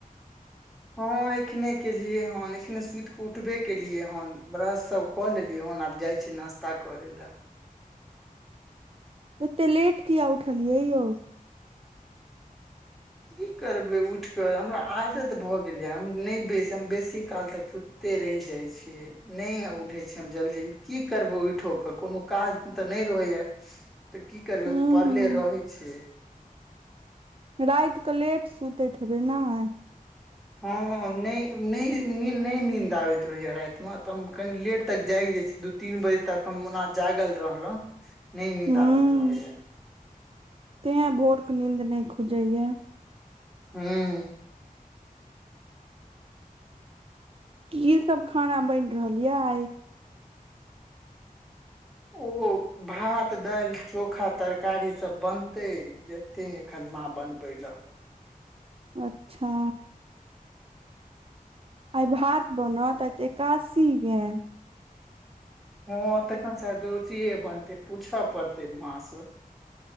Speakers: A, in the centre; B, on the right.
A: हँ एखने केलियए हन एखने सुति क उठबे केलियए हन ब्रश सब कऽ लेलियौ हन आब जाइ छी नास्ता करे लए
B: एते लेट किया उठलियै यौ
A: की करबै उठि कऽ हमरा आदत भऽ गेलै हम नहि बेच हम बेसी काल तक सूत ते रैह जाइ छै नहि उठै छी हम जल्दी की करबौ उठोक के कोनो काज तऽ नइ रहैया तऽ की करबै
B: हूँ
A: पड़ले
B: हूँ
A: रहै छियै
B: राइत कऽ लेट सुतैत हेबै नइ
A: हँ नहि नहि निंद नहि नींन्द आबैत रहैय राइतमे तऽ हम कनि लेट तक जाय जा छी दू तीन बजे तक हम ओना जागल रहलहुं नहि नींन्द
B: हूँ
A: आबैत रहेये
B: तें भोर के नींद नहि खुजे ये
A: ह्म
B: की सब खाना बनि रहल ये आइ
A: ओ भात दाइल चोखा तरकारी सब बनतै जेते ने एखन माँ बन बै ल
B: अच्छा आइ भात बनत आइते एकादशी ये
A: हँ तखन स रूटिये बनतै पूछऽ पड़ते माँ सअ